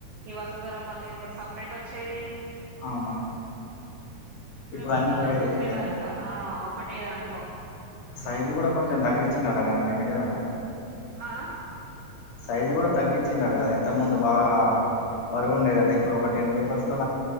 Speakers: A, on the right (about 80°); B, on the left (about 70°).
A: ఈ వసంధర మళ్ళీ కొన్ని సపరేట్ వచ్చేది
B: అవునా
A: ఇప్పుడేమో
B: ఇప్పుడు
A: అన్ని కలిపి
B: చేసిండు
A: ఒకటే
B: కదా
A: దాంట్లో ఆ ఒకటే దాంట్లో
B: సైజు కూడా కొంచెం తగ్గించింది <unintelligible> అండి నిజమేన
A: ఆ
B: సైజు కూడా తగ్గించిన <unintelligible> కదా ఇంతకు ముందు బాగా బరువు ఉండేదట ఇప్పుడు ఒక టెన్ పేపర్స్ లో